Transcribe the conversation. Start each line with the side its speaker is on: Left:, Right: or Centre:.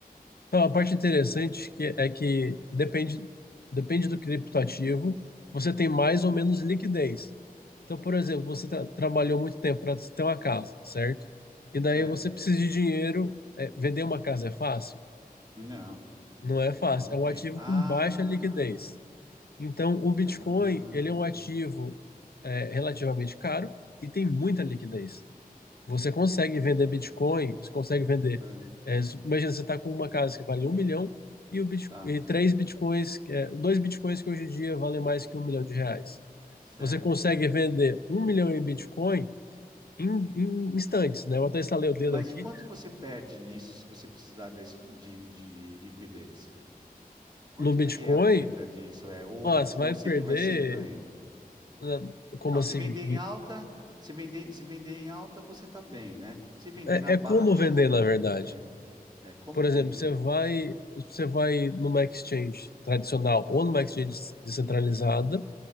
Left: Então, a parte interessante que é que depende, depende do criptoativo, você tem mais ou menos liquidez. Então, por exemplo, você tra- trabalhou muito tempo para ter uma casa, certo? E
Right: Certo?
Left: daí você precisa de dinheiro. é, vender uma casa é fácil?
Right: Não,
Left: Não é fácil.
Right: demora um
Left: É
Right: tempo.
Left: um ativo
Right: Ah,
Left: com baixa liquidez. Então, o Bitcoin,
Right: ah.
Left: ele é um ativo, é, relativamente caro e tem muita liquidez. Você consegue
Right: Ah,
Left: vender Bitcoin, você consegue vender.
Right: tá,
Left: é, imagina, você está com uma casa que vale um milhão e, o Bitco-
Right: tá,
Left: e três Bitcoins, é, dois Bitcoins que hoje em dia valem mais que um milhão de reais.
Right: certo.
Left: Você consegue vender um milhão em Bitcoin em, em instantes, né? Eu até estalei o dedo
Right: Mas
Left: aqui.
Right: e quanto você perde nisso se você precisar desse- de, de liquidez? Quanto
Left: No Bitcoin,
Right: que é a perda disso? É, ou,
Left: ó, você
Right: ou
Left: vai
Right: sempre
Left: perder.
Right: vai ser ganho?
Left: na- Como
Right: Não,
Left: assim?
Right: se vender em alta, se vender, se vender em alta, você tá bem, né? Se vender
Left: É,
Right: na baixa,
Left: é como vender, na verdade.
Right: é, é como
Left: Por exemplo,
Right: vender.
Left: você vai, você vai numa exchange tradicional ou numa exchange descentralizada.